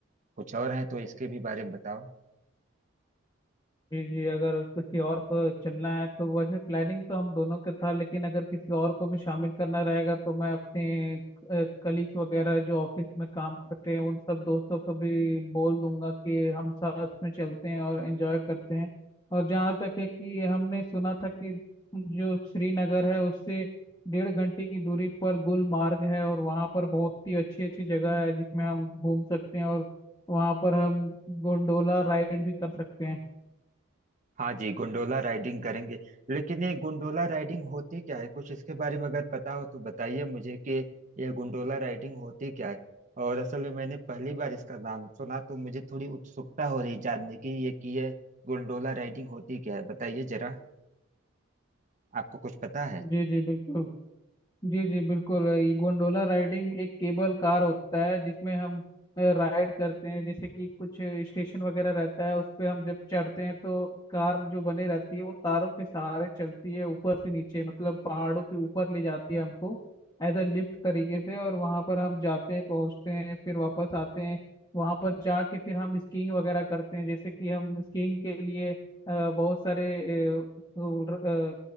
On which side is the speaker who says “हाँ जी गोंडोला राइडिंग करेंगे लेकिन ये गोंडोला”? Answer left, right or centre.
Right